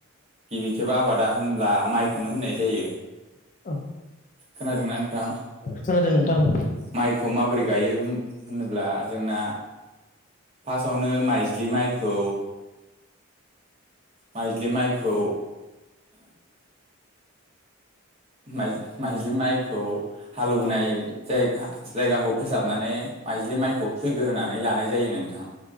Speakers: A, on the right; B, on the left.
A: गिबि खेब आबादा होनब्ला माइखौनो होननाय जायो
B: औ
A: खोनादोंना नोंथां
B: खोनादों नोंथां औ
A: माइखौ माबोरै गायो होम होनोब्ला जोंना फासआवनो माइज्लि माइखौ माइज्लि माइखौ माइ-माइज्लि माइखौ हालौवनाय जाय-जायगाखौ फोसाबनानै माइज्लि माइखौ खुैग्रोनानै लानाय जायो नोंथां।